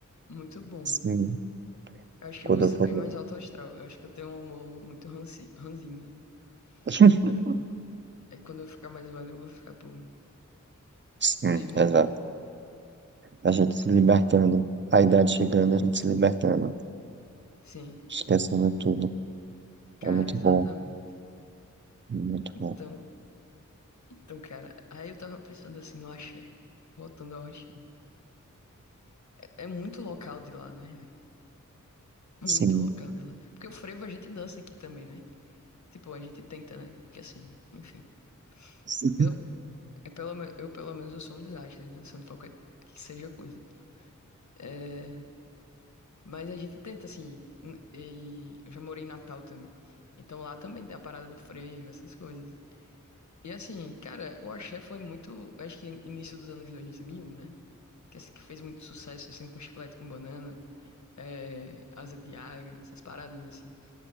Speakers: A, on the left; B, on the right.
A: Muito bom.
B: Sim,
A: Eu acho
B: quando
A: que eu vou ser
B: eu for
A: bem
B: velho.
A: mais alto astral. Eu acho que eu tenho um humor muito ranci, ranzinho.
B: <laughs>
A: Aí, aí quando eu ficar mais velho, eu vou ficar, pô,
B: Sim,
A: livre.
B: exato. A gente se libertando, a idade chegando, a gente se libertando,
A: Sim.
B: esquecendo tudo.
A: Cara,
B: É muito
A: exatamente.
B: bom, muito
A: Então,
B: bom.
A: então, cara, aí eu tava pensando assim no axé. Voltando ao axé. É muito local de lá, né, velho? Muito
B: Sim.
A: local de lá. Porque o frevo a gente dança aqui também, né? Tipo, a gente tenta, né? Porque assim, enfim.
B: <laughs>
A: Eu, é pelo, me- eu pelo menos eu sou um desastre dançando qualquer que seja a coisa. É, mas a gente tenta, assim. n- E eu já morei em Natal também. Então lá também tem a parada do frevo, essas coisas. E assim, cara, o axé foi muito, acho que início dos anos dois mil né? que, é esse que fez muito sucesso, assim, com chiclete com banana, é, asa de águia, essas paradas, assim.